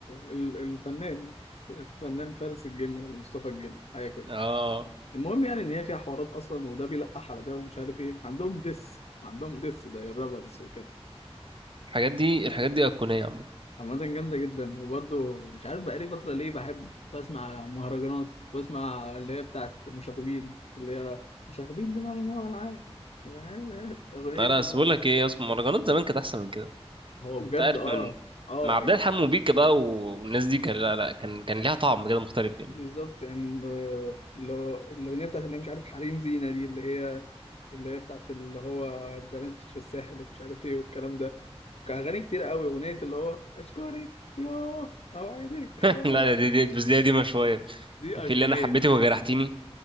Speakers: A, on the left (about 75°); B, on the right (about 50°).
A: ال- الفنان الفنان فارس الجن ولا مصطفى الجن حاجة كده
B: اه
A: المهم يعني إن هي فيها حوارات أصلا وده بيلقح على ده ومش عارف إيه عندهم دس عندهم دس زي الرابرز وكده
B: الحاجات دي الحاجات دي ايقونيه عامه
A: عامة جامدة جدا وبرضه مش عارف بقالي فترة ليه بحب بسمع مهرجانات بسمع اللي هي بتاعت مشاغبين اللي هي مشاغبين دي معنى إنها ألعاب <laughs> الأغنية دي
B: انا
A: بحبها
B: بس بقول لك ايه اسمه مهرجانات زمان كانت احسن من كده
A: هو بجد
B: انت عارف
A: اه
B: من
A: اه
B: مع عبد
A: يعني
B: الحليم وبيكا بقى والناس دي كان لا لا كان كان ليها طعم كده مختلف يعني
A: بالظبط يعني آه، اللي هو الأغنية بتاعت اللي هي مش عارف حريم زينة دي اللي هي اللي هي بتاعت اللي هو بنات في الساحل ومش عارف ايه والكلام ده كان أغاني كتير قوي أغنية اللي هو أشكرك يوه أوعدك
B: <laughs>
A: ولا
B: لا دي دي بس دي قديمة شوية
A: دي أيقونية
B: في اللي أنا حبيتك وجرحتيني